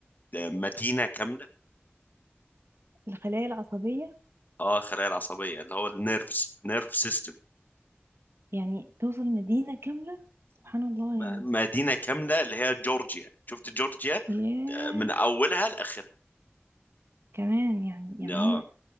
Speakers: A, on the left (about 45°); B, on the right (about 70°).
A: آه، مدينه كامله
B: الخلايا العصبية
A: اه الخلايا العصبيه اللي هو النيرفز نيرف سيستم
B: يعني توصل مدينة كاملة سبحان الله يعني
A: مدينه كامله اللي هي جورجيا شفت جورجيا آه،
B: ياه
A: من اولها لاخرها
B: كمان يعني يعني
A: آه،
B: هم